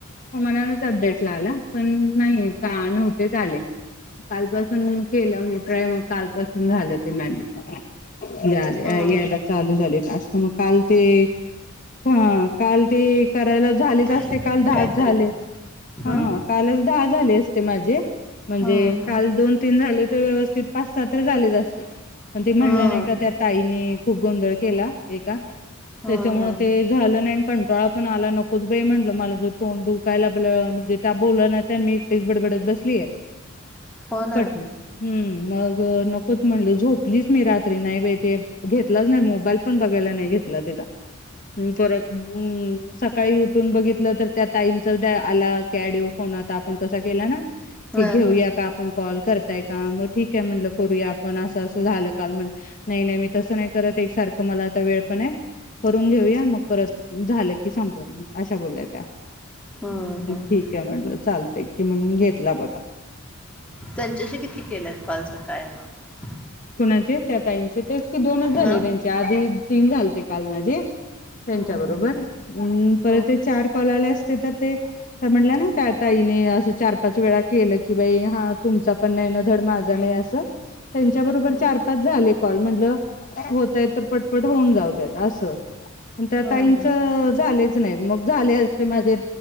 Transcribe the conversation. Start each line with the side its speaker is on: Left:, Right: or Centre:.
Left: म मनानच अपडेट ला आला पण नाही का नव्हते चाले कालपासून केलं मी ट्राय मग कालपासून झालं ते मॅनेज या यायला
Centre: हम्म
Left: चालू झाली टास्क मग काल ते हा काल ते करायला झालेच
Centre: काय
Left: असते
Centre: माहिती
Left: काल दहाच
Centre: कायतरी
Left: झाले
Centre: ग हम्म
Left: हा कालच दहा झाले अस ते माझे म्हणजे
Centre: हम्म
Left: काल दोन-तीन झाले व्यवस्थित पाच सहा तर झालेच असते पण
Centre: हम्म
Left: ते म्हणलं नाही का त्यात आईनी खूप गोंधळ केला एका
Centre: हम्म
Left: त्याच्यामुळे
Centre: हम्म
Left: ते झालं नाही कंटाळा पण आला, नकोच बाई म्हणलं मला जर तोंड दुकाायला आपलं म्हणजे त्या बोल नाही त्या मी एकटीच बडबडत बसलीय
Centre: हो ना
Left: कटलं हम्म मग नकोच म्हंलं झोपलीच मी रात्री नाही बाई ते घेतलंच नाही मोबाईल पण बघायला नाही घेतला त्याचा परत सकाळी उठ उचलून बघितलं तर त्या ताईंचा आला ऑडिओ फोन आता आपण कसा केला ना
Centre: हा
Left: घेऊया
Centre: हा
Left: का आपण कॉल करताय का मग ठीक आहे म्हटलं करूया आपण असं असं झालं का म्ह नाही नाही मी तसं नाही करत एक सारखं मला आता वेळ पण आहे करून घेऊया मग परत झालं कि संपलं अशा बोलल्या त्या
Centre: हम्म हम्म
Left: ठीक आहे म्हटलं चालत कि म्हणून घेतला बघा
Centre: त्यांच्याशी किती केलेत काल सकाळी मग
Left: कोणाचे त्या ताईंचे तेच की दोनच झाले
Centre: हा
Left: त्यांच्या आधी तीन झालते काल माझे
Centre: हम्म
Left: त्यांच्या बरोबर परत
Centre: हम्म
Left: ते चार कॉल आले असते तर ते म्हटलं ना त्या ताईने असं चार पाच वेळा केलं की बाई हा तुमचा पण नाही ना धड माझा नाही असं त्यांच्याबरोबर
Centre: हम्म
Left: चार पाच झाले कॉल म्हटलं होतय तर पटपट होऊन जाऊ दत असं त्या
Centre: हम्म
Left: ताईचं झालेच नाही मग झाले असते माझे